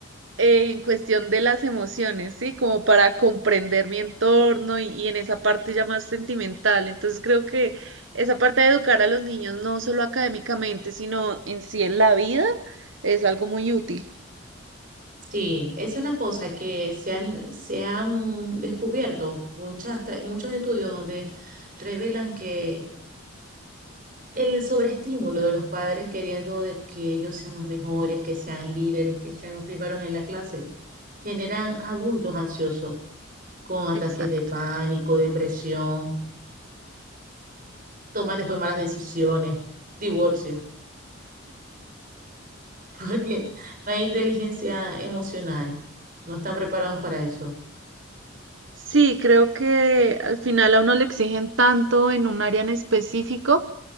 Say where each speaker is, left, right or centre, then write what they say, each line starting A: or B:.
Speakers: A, on the right; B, on the right.
A: eh, en cuestión de las emociones, ¿sí? Como para comprender mi entorno y, y en esa parte ya más sentimental. Entonces creo que esa parte de educar a los niños, no solo académicamente, sino en sí en la vida, es algo muy útil.
B: Sí, esa es la cosa, que se han, se han descubierto muchas, ta- muchos estudios donde revelan que el sobreestímulo de los padres queriendo de que ellos sean los mejores, que sean líderes, que sean los primeros en la clase, generan adultos ansiosos con ataques
A: Exacto.
B: de pánico, depresión, toman después malas decisiones, divorcios, <laughs> porque no hay inteligencia emocional, no están preparados para eso.
A: Sí, creo que al final a uno le exigen tanto en un área en específico.